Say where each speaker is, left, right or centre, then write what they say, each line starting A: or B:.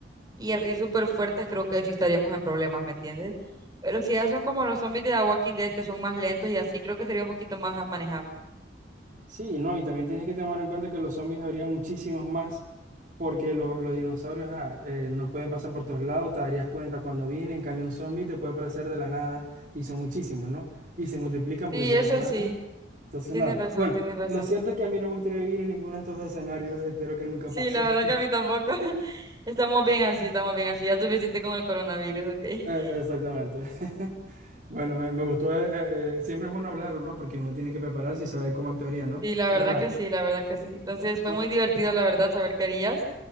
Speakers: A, on the right; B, on the right.
A: y así súper fuertes, creo que sí estaríamos en problemas, ¿me entiendes? Pero si ya son como los zombies de The Walking Dead, que son más lentos y así, creo que sería un poquito más manejable.
B: Sí, no, y también tienes que tomar en cuenta que los zombies habría muchísimos más, porque lo- los dinosaurios ah, eh, no pueden pasar por todos lados, te darías cuenta cuando vienen, en cambio un zombie te puede aparecer de la nada, y son muchísimos, ¿no? Y se multiplican
A: Sí,
B: porque si
A: eso
B: te muerden,
A: sí,
B: entonces
A: tienes
B: nada.
A: razón,
B: Bueno,
A: tienes razón.
B: lo cierto es que a mí no me gustaría vivir en ninguno de estos dos escenarios, espero que nunca
A: Sí,
B: pase.
A: la verdad que a mí tampoco. <laughs> Estamos bien así, estamos bien así. Ya es suficiente con el coronavirus, ¿ok?
B: Eh,
A: <laughs>
B: exactamente. <laughs> Bueno, me, me gustó, eh, eh, eh, siempre es bueno hablarlo, ¿no? Porque uno tiene que prepararse y saber cómo actuaría, ¿no?
A: Sí, la
B: Pero
A: verdad
B: nada,
A: que sí, la verdad que sí. Entonces fue
B: bueno,
A: muy divertido, la verdad, saber qué harías